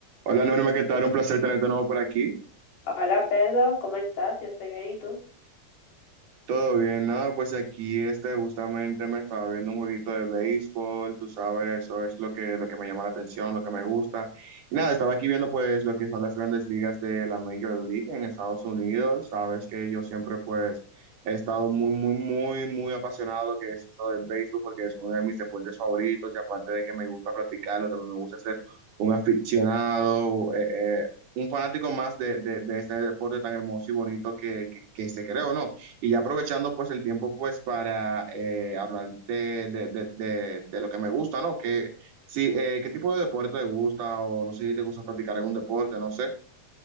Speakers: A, on the right (about 75°); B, on the left (about 80°).
A: Hola Norma, ¿qué tal? Un placer tenerte de nuevo por aquí.
B: Hola Pedro, ¿cómo estás? Yo estoy bien, ¿y tú?
A: Todo bien, nada, pues aquí este justamente me estaba viendo un jueguito de béisbol, tú sabes, eso es lo que, lo que me llama la atención, lo que me gusta. Y nada, estaba aquí viendo pues lo que son las grandes ligas de la Major League en Estados Unidos, sabes que yo siempre pues he estado muy, muy, muy, muy apasionado de lo que es eso del béisbol porque es uno de mis deportes favoritos y aparte de que me gusta practicarlo, también me gusta ser un aficionado, eh, eh, un fanático más de, de, de este deporte tan hermoso y bonito que, que, que se creó, ¿no? Y ya aprovechando pues el tiempo pues para eh, hablar de, de, de, de, de lo que me gusta, ¿no? Que, sí, eh, ¿qué tipo de deporte te gusta? O no sé si te gusta practicar algún deporte, no sé.